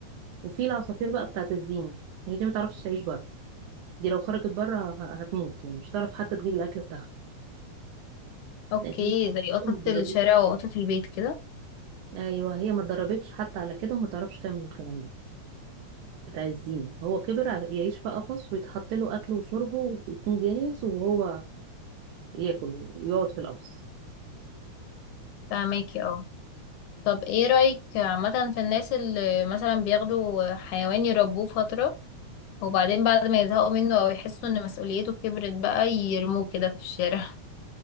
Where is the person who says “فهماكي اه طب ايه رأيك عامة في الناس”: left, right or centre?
Left